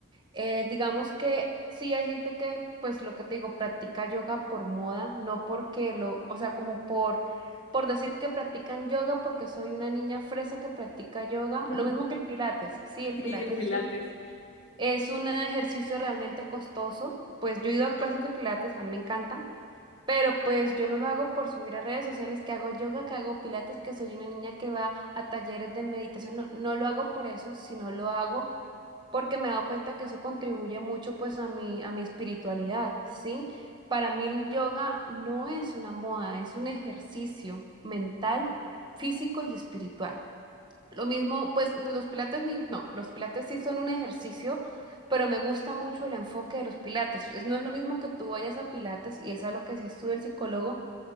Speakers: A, on the right (about 20°); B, on the left (about 60°).
A: Eh, digamos que sí hay gente que, pues lo que te digo, practica yoga por moda, no porque lo, o sea, como por, por decir que practican yoga porque soy una niña fresa que practica yoga,
B: <laughs>
A: lo mismo que el pilates, sí, el
B: Sí,
A: pilates
B: de pilates.
A: es un, es un ejercicio realmente costoso, pues yo he ido a clases de pilates, a mí me encanta, pero pues yo no lo hago por subir a redes sociales que hago yoga, que hago pilates, que soy una niña que va a talleres de meditación, no, no lo hago por eso, sino lo hago porque me he dado cuenta que eso contribuye mucho pues a mi, a mi espiritualidad, ¿sí? Para mí el yoga no es una moda, es un ejercicio mental, físico y espiritual. Lo mismo, pues los pilates ni, no, los pilates sí son un ejercicio, pero me gusta mucho el enfoque de los pilates. Es- no es lo mismo que tú vayas a pilates y es a lo que se estudia el psicólogo,